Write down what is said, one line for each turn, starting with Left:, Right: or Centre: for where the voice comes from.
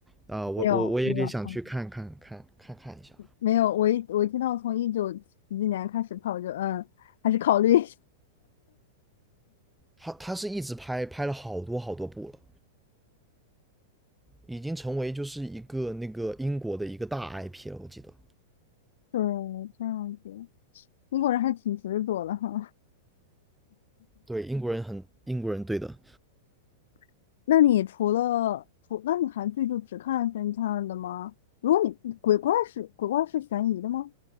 Centre: 啊、呃我我我也得想去看看看看看一下。
Left: 没有没有。嗯没有，我一我一听到从一九几几年开始跑我就嗯，还是考虑一下。
Centre: 他他是一直拍，拍了好多好多部了，已经成为就是一个那个英国的一个大 IP 了，我记得。
Left: <laughs> 对，这样子，英国人还挺执着的哈。
Centre: 对，英国人很英国人，对的。
Left: <laughs> 那你除了除，那你韩剧就只看侦探的吗？如果你鬼怪是鬼怪是悬疑的吗？